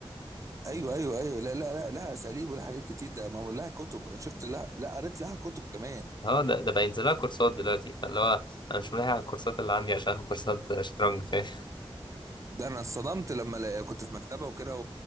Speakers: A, on the right; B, on the left.
A: ايوه ايوه ايوه لا لا لا لا اساليب ولا حاجات كتير ده ما هو لها كتب انا شفت لها لا قريت لها كتب كمان
B: اه ده ده بينزل لها كورسات دلوقتي فاللي هو انا مش ملاحق على الكورسات اللي عندي عشان آخد كورسات شطرنج فاهم
A: ده انا اتصدمت لما لا- كنت في مكتبه وكده